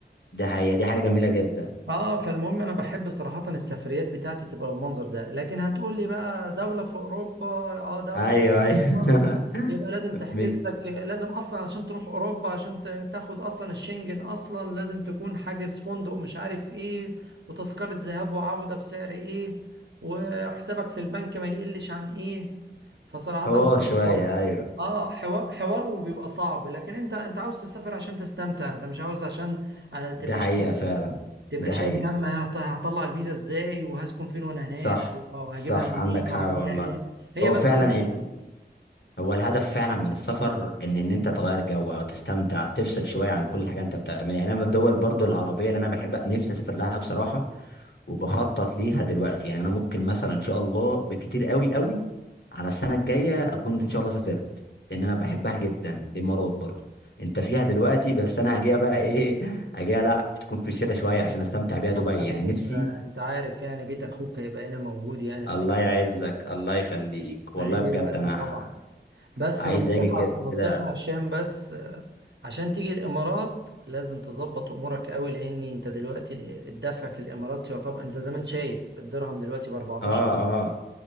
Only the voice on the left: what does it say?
ده حقيقه دي حاجه جميله جدا
ايوه
ايوه
<laughs>
م-
حوار شويه
ايوه
ده حقيقه
فعلا
ده
حقيقه
صح
صح
عندك حق
والله
هو
فعلا
هو الهدف فعلا من السفر ان ان انت تغير جو او تستمتع تفصل شويه عن كل حاجه انت بتعملها يعني انا من الدول برضو العربيه اللي انا بحب نفسي اسافر لها بصراحه وبخطط ليها دلوقتي يعني انا ممكن مثلا ان شاء الله بكتير قوي قوي على السنه الجايه اكون ان شاء الله سافرت
لان انا بحبها جدا الامارات برضو انت فيها دلوقتي بس انا هجيها بقى ايه هجيها لا تكون في الشتاء شويه عشان استمتع بيها
دبي
يعني
نفسي
الله
يعزك
الله يخليك
والله
بجد
انا
عايز
اجي
كده
اه آه.